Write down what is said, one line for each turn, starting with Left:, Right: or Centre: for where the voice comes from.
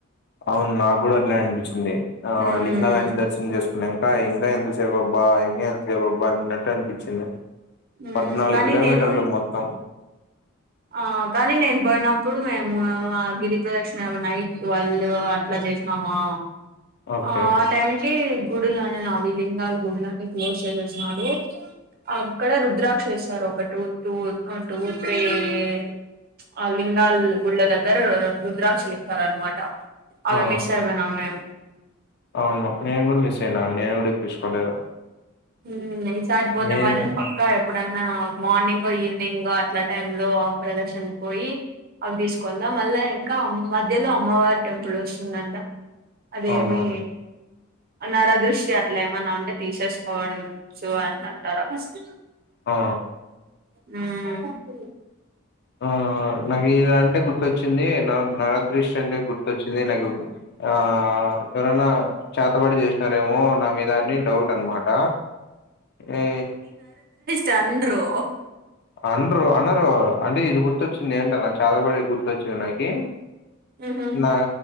Left: అవును నా కూడాూ అట్లనే అనిపించింది ఆ
Right: ఉమ్
Left: లింగాలాన్ని దర్శనం చేసుకున్నా ఇంకా ఎందుక్ దె బాబ్బా ఇంక ఎంతసేపు బబ్బా అన్నట్టు అనిపించింది
Right: ఉమ్
Left: పద్నాలుగు
Right: కానీ
Left: కిలోమీటర్లు
Right: నేను
Left: మొత్తం
Right: ఆ కానీ నేను పోయినప్పుడు మేము ఆ గిరి ప్రదక్ష మేము నైట్ ట్వల్ అట్లా చేసినామా
Left: ఓకే
Right: ఆ టైంకి గుడులనే అవి లింగాల గుడులన్న క్లోజ్ చేసేస్తున్నారు ఆక్కడ రుద్ర్రాక్ష ఏసారు ఒక టు టు ఆ టు త్రీ ఏడు ప్చ్ ఆ లింగాల్ గుళ్ల దగ్గర రుద్రాక్షలిస్తార అనమాట అవి
Left: ఆ
Right: మిస్ ఐ పోయినం మేం
Left: అవును నేను కూడా మిస్ అయినా నేను కూడా ఇప్పించుకోలేదు
Right: ఉమ్ ఈ సారి పోతే
Left: నేను
Right: మాత్రం పక్క ఎప్పుడన్నా మార్నింగ్ ఈవినింగ్ అట్లా టైమ్ లో ప్రదర్శన పోయి అవి తీసుకోళ్ల మళ్ళా ఇంకా మధ్యలో అమ్మవారి టెంపుల్ వస్తుందంట అదేమి
Left: అవును
Right: నర దృష్టి అట్లా ఏమన్నా ఉంటే తీసేసు వన్ చు అని అంట అంటార ఫస్ట్
Left: ఆ
Right: ఊ
Left: ఆ నాకు ఇడ అంటే గుర్తొచ్చింది నాక్ నాక్ బ్రష్ అంటే గుర్తొచ్చింది నాకు ఆ ఎవరైనా చేతబడి చేసినారేమో నా మీద అన్ని డౌట్ అనమాట ఈ
Right: చండ్రు
Left: అండ్రు అనరు అంటే ఇది గుర్తొచ్చింది అంటన చాతబడి గుర్తొచ్చింది నాకి
Right: ఉహు
Left: నా